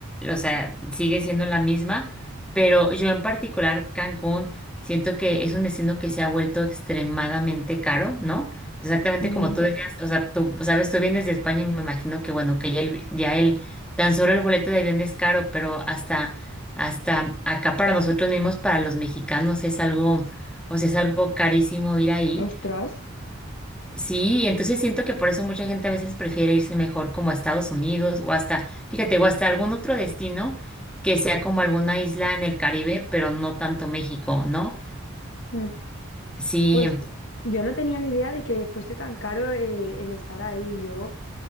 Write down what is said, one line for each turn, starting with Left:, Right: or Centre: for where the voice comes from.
Centre: o sea, sigue siendo la misma, pero yo en particular Cancún siento que es un destino que se ha vuelto extremadamente caro, ¿no? Exactamente
Left: Mm.
Centre: como tú decías, o sea, tú sabes, tú vienes de España y me imagino que bueno, que ya el, ya el, tan solo el boleto de avión es caro, pero hasta, hasta acá para nosotros mismos, para los mexicanos es algo, o sea, es algo carísimo ir ahí.
Left: Ostras.
Centre: Sí, entonces siento que por eso mucha gente a veces prefiere irse mejor como a Estados Unidos o hasta, fíjate, o hasta algún otro destino que sea como alguna isla en el Caribe, pero no tanto México, ¿no?
Left: Mm.
Centre: Sí,
Left: Pues yo no tenía ni idea de que fuese tan caro eh, el estar ahí. Yo